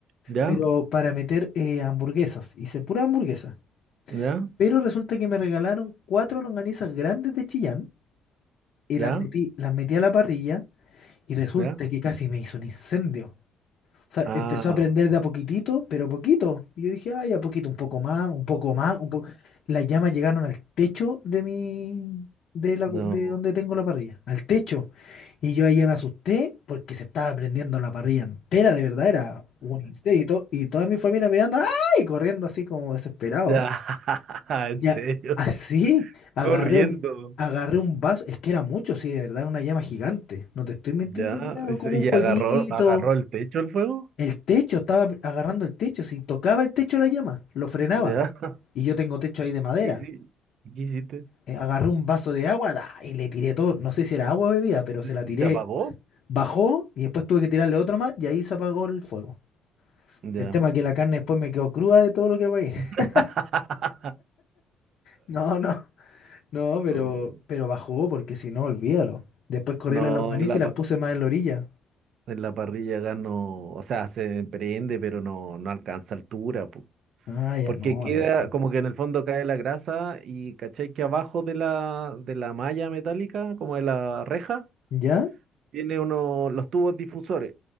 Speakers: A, on the right; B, on the left.
A: ya,
B: pero para meter eh, hamburguesas, hice pura hamburguesa.
A: ya,
B: Pero resulta que me regalaron cuatro longanizas grandes de Chillán y
A: ya,
B: las metí, las metí a la parrilla y resulta
A: ya.
B: que casi me hizo un incendio. O sea,
A: Ah,
B: empezó a prender de a poquitito, pero poquito. Y yo dije, ay, a poquito, un poco más, un poco más, un poco. Las llamas llegaron al techo de mi, de la,
A: no,
B: de donde tengo la parrilla, al techo. Y yo ahí ya me asusté porque se estaba prendiendo la parrilla entera, de verdad, era un incendio. Y, to- y toda mi familia mirando, ay, corriendo así como desesperado.
A: ya, <laughs> en
B: Ya,
A: serio,
B: así, agarré
A: corriendo.
B: un, agarré un vaso, es que era mucho, sí, de verdad, era una llama gigante. No te estoy mintiendo
A: Ya,
B: que era
A: y se-
B: como
A: y
B: un fueguito.
A: agarró, agarró el techo el fuego.
B: El techo, estaba agarrando el techo, si tocaba el techo la llama, lo frenaba.
A: Ya. <laughs>
B: Y yo tengo techo ahí de madera.
A: ¿Qué hici- qué hiciste?
B: Eh, agarré un vaso de agua ¡da! y le tiré todo. No sé si era agua o bebida, pero se la
A: ¿Y
B: tiré.
A: se apagó?
B: Bajó y después tuve que tirarle otro más y ahí se apagó el fuego.
A: Ya.
B: El tema es que la carne después me quedó cruda de todo lo que apagué.
A: <laughs>
B: <laughs> No, no. No, pero,
A: No,
B: pero bajó porque si no, olvídalo. Después corrí
A: no,
B: las No, longaniza
A: en la,
B: y las
A: pa-
B: claro. puse más en la orilla.
A: en la parrilla gas no, o sea, se prende, pero no, no alcanza altura, po.
B: Ah, ya,
A: Porque
B: no,
A: queda
B: aquí sí.
A: como que en el fondo cae la grasa y caché que abajo de la, de la malla metálica, como de la reja,
B: ¿Ya?
A: Tiene uno, los tubos difusores